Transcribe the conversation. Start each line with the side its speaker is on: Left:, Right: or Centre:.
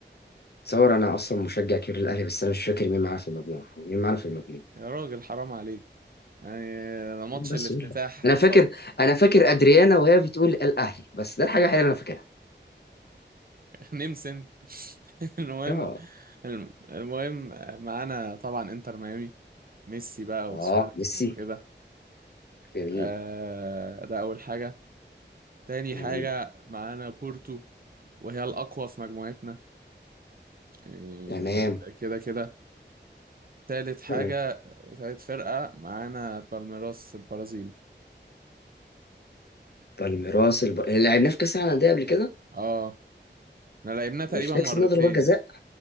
Left: تصور انا اصلا مشجع كبير للاهلي بس انا مش فاكر مين معانا في المجموعه مين معانا في المجموعه
Right: يا راجل حرام عليك يعني ده ماتش
Left: مين بس
Right: الافتتاح
Left: قول لي انا
Right: قصاد
Left: فاكر انا فاكر ادريانا وهي بتقول الاهلي بس ده الحاجه الوحيده اللي انا فاكرها
Right: نيم سنت <laughs> المهم
Left: اه
Right: الم- المهم معانا طبعا انتر ميامي ميسي بقى وسواريز
Left: اه ميسي
Right: وكده
Left: جميل
Right: آه ده اول حاجة تاني
Left: جميل
Right: حاجة معانا بورتو وهي الأقوى في مجموعتنا يعني
Left: تمام
Right: ده ده كده كده تالت حاجة
Left: تمام
Right: وتالت فرقة معانا بالميراس البرازيلي
Left: بالميراس الب... لعبناه في كاس العالم للانديه قبل كده
Right: اه احنا لعبناه تقريبا
Left: مش ده
Right: مرتين
Left: كسبنا ضربات جزاء